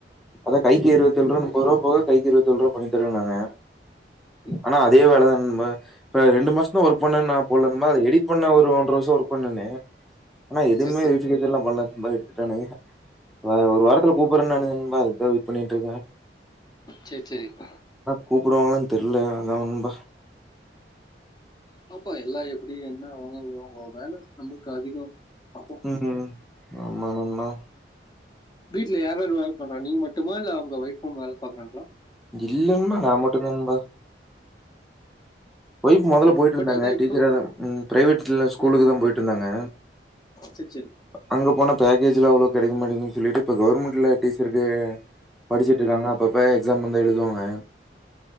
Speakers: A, in the centre; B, on the left (about 25°).
A: அதா கைக்கு இருபத்தேழ்ருவா நுப்பது ரூபா போக கைக்கு இருபத்தேழ்ரூவா பண்ணித் தரேன்னாங்க
B: சரி
A: ஆனா அதே வேலதான் ஆ இப்ப ரெண்டு மாச துல ஒர்க் பண்ண நான் போல்ல இந்த மாரி எடிட் பண்ண ஒரு ஒன்ர வருஷோ ஒர்க் பண்ணன்னே ஆனா எதுமே
B: சரி சரி
A: <unintelligible> பண்ணல எடுத்துட்டானுங்க ஒரு வாரத்துல கூப்புரேனுங்க சும்மா அதுக்கு தான் வெயிட் பண்ணிட்டுருக்கேன்
B: சேர் சேரிப்பா
A: கூப்பிடுவாங்களான்னு தெர்ல அதான் நம்பா
B: பாப்போம் எல்லாம் எப்படி என்ன அவுங்கவுங் வேல நமக்கு அதிகம் பார்ப்போம்
A: உம் ஆமா நம்பா
B: வீ்ட்லயாருமே இதுமாரி பண்ரா நீங்க மட் மட்டுமா இல்ல ஒங்க வைஃபும் வேலை பாக்குறாங்ளா
A: இல்லன்மா நான் மட்டும் நண்பா ஒய்ஃப் முதல்ல
B: ஓகே
A: போய்டு இருந்தாங்க
B: பட் அதான்
A: டீச்சரா
B: இப்போ
A: பிரைவேட் ஸ்கூலுக்கு
B: ஆமாம்
A: தான் போய்டு இருந்தாங்க
B: சரி சரி
A: அங்க போன பேக்கேஜ்லாம் அவ்ளோ கெடைக் மாடேங்குது சொல்லிட்டு இப்ப கவர்மெண்ட்ல டீச்சருக்கு படிச்சுட்டு இருக்காங்க அப்ப இப்ப எக்ஸாம் வந்து எழுதுவாங்க